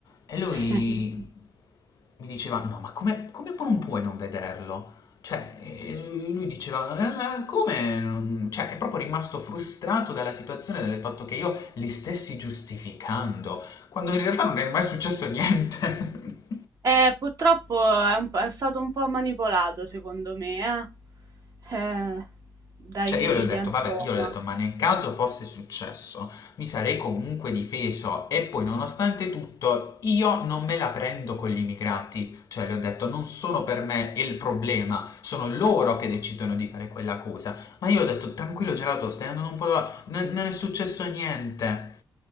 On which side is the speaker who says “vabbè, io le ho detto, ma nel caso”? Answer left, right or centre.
Left